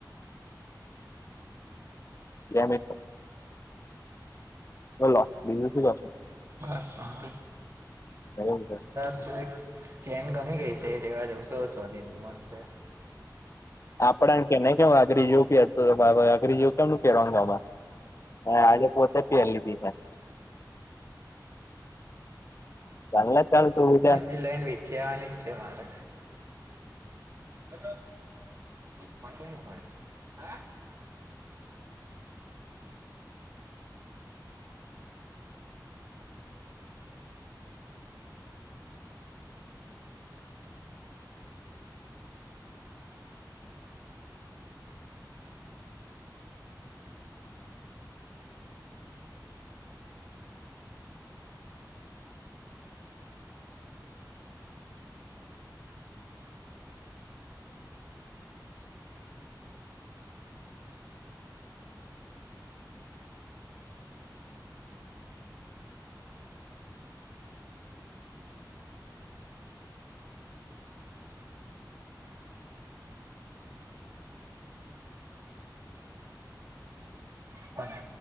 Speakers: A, on the left; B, on the right.
A: બે મિનિટ બોલો બીજું શું કરો છો.
B: બસ ફાઈન.
A: એવું છે
B: હ એક ચેન ગમી ગઈ છે એ લેવા જઉશો ચો દની મસ્ત છે.
A: આપડને કે કે અગરી જેવું અગરી જેવું કેમ કેવામાં હ આજે પોતે પહેર લીધી છે. ચાલે ને ચાલ તું બજા
B: એ લે ન <unintelligible> મારે. હલો. પાચ પડે હ કોને